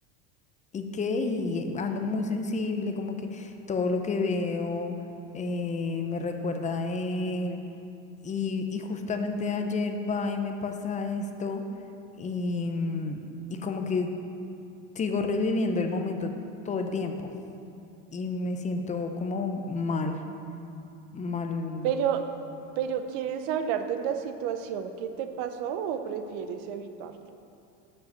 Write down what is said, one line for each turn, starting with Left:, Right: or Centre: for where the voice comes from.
Left: y qué, y ando muy sensible, como que todo lo que veo eh, me recuerda a él. Y, y justamente ayer va y me pasa esto y, mm, y como que sigo reviviendo el momento todo el tiempo y me siento como mal, mal.
Right: Pero, pero ¿quieres hablar de la situación que te pasó o prefieres evitarlo?